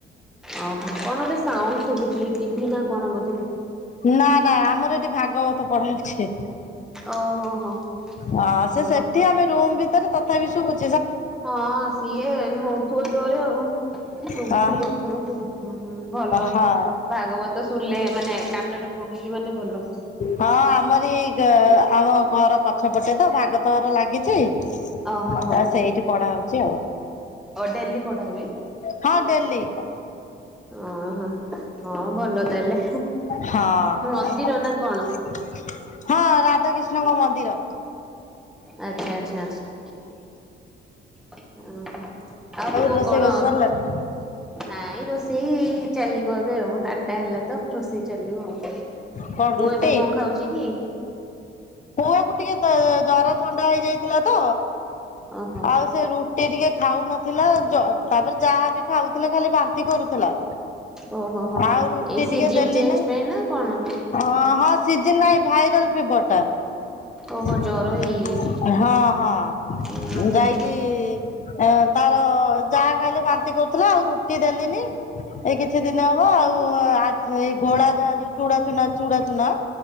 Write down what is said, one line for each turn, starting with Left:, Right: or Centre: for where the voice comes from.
Centre: ଓହୋ। କଣ ଗୋଟେ ସାଉଣ୍ଡ ଶୁଭୁଛି ଟିଭି ନା କଣ ବୋଧେ।
Left: ନା ନା ଆମର ଏଠି ଭାଗବତ ପଢାଉଛି
Centre: ଓ ହୋ ହୋ।
Left: ହଁ ସେ
Centre: ଓହୋ
Left: ସେଠି ଆମେ ରୁମ ଭିତ ରେ ତଥାପି ଶୁଭୁଚି
Centre: ହଁ ସିଏ ହଉ ବ ଜୋରେ ଆଉ। ଶୁଭୁଥିବ
Left: ହଁ
Centre: ଶୁଭୁଥିବ ହଁ ଭଲ
Left: ହଁ
Centre: ଭାଗବତ ଶୁଣିଲେ ମାନେ କାନରେ ପଡୁଛି ମାନେ ଭଲ।
Left: ହଁ ଆମର ଏଇ ଆମ ଘର ପଛ ପଟେ ତ ଭାଗବତ ଘର ଲାଗିଛି ଛି
Centre: ଓହୋ ହୋ
Left: ସେଇଠି ପଢା ହଉଛି ଆଉ।
Centre: ଓ ଡେଲି ପଢାହୁଏ
Left: ହଁ ଡେଲି
Centre: ଓହ ହଁ ଭଲ ତାହେଲେ
Left: ହଁ
Centre: ମନ୍ଦିର ନା
Left: ହଁ
Centre: କଣ?
Left: ରା ରାଧା କ୍ରୀଷ୍ଣ ଙ୍କ ମନ୍ଦିର।
Centre: ଆଚ୍ଛା ଆଚ୍ଛା ଆଛା ଓ ଆଉ ପୁଅ
Left: ରୋଷେଇବାସ
Centre: କଣ
Left: ସରିଲାଣି?
Centre: ଏବେ, ନାଇଁ ରୋଷେଇ ଚାଲି ଏବେ ଆଉ ଆଟା ହେଲା ତ ରୋଷେଇ ଚାଲିବ ଆଉ।
Left: କଣ
Centre: ପୁଅ
Left: ରୁଟି,
Centre: ଏବେ କଣ ଖାଉଛି କି?
Left: ପୁଅକୁ ଟିକେ ଜର ଥଣ୍ଡା ହେଇଯାଇଥିଲା ତ
Centre: ଓହୋ
Left: ଆଉ ସେ ରୁଟି ଟିକେ ଖାଉନଥିଲା ଜ ତାପରେ ଯାହାବ ଖାଉଥିଲେ ଖାଲି ବାନ୍ତି କରୁଥିଲା।
Centre: ଓହୋ ହୋ
Left: ଆଉ ରୁଟି
Centre: ଏଇ
Left: ଟିକେ
Centre: ସିଜନ
Left: ଦେଲି
Centre: ଚେଞ୍ଜ
Left: ନାଇଁ
Centre: ପାଇଁ ନା କଣ?
Left: ହଁ ହଁ ସିଜ କି ନାଇଁ ଭାଇରାଲ ଫିବର ଟା।
Centre: ଓହୋ
Left: <inaudible>
Centre: ଜର ହେଇଯାଇଛି
Left: ହଁ ହଁ
Centre: ଉଁ ହୁଁ ହୁଁ
Left: ଯାଇକି ଏ ତାର ଯାହା ଖାଇଲେ ବାନ୍ତି କରୁଥିଲା ଆଉ ରୁଟି ଦେଲିନି ଏଇ କିଛି ଦିନ ହବ ଆଉ ଏଇ ଗଳା ଯାହା ଯୋଉ ଚୁଡା ଚୁନା ଚୁଡ଼ା ଚୁନା